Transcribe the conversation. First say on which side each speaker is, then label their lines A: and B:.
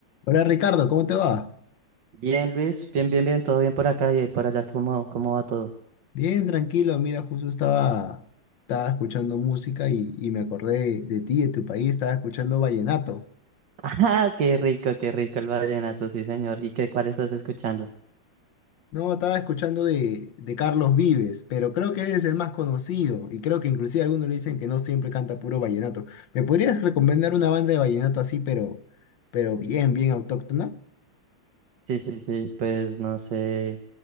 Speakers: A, on the left; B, on the right.
A: Hola Ricardo, ¿cómo te va?
B: Bien, Luis, bien, bien, bien, todo bien por acá y ahí por allá, ¿cómo, cómo va todo?
A: Bien, tranquilo. Mira, justo estaba, estaba escuchando música y, y me acordé de ti, de tu país, estaba escuchando vallenato.
B: <laughs> Ah, qué rico, qué rico el vallenato, sí, señor. ¿Y qué, cuál estás escuchando?
A: No, estaba escuchando de, de Carlos Vives, pero creo que es el más conocido y creo que inclusive algunos le dicen que no siempre canta puro vallenato. ¿Me podrías recomendar una banda de vallenato así, pero, pero bien, bien autóctona?
B: Sí, sí, sí, pues no sé,